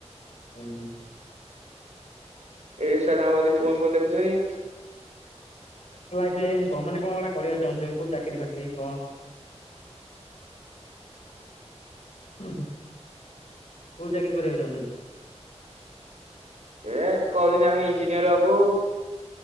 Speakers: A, on the left; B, on the right.
A: ହୁଁ ହୁଁ।
B: ଏ ଛୁଆ ତାଙ୍କ ଫୋନ ଫୋନ ଦେଖୁଛନ୍ତି
A: କ ମାନେ କଣ ଗୋଟେ କରିବାକୁ ଚାହୁଁଥିବେ କୋଉ ଚାକିରରି ଫାକିରୀ କଣ? ଉଁ ହୁ କୋଉ ଚାକିରି କରିବାକୁ ଚାହୁଁଛନ୍ତି?
B: ଏ କହୁଛନ୍ତି ଆମେ ଇଞ୍ଜିନିୟର ହବୁ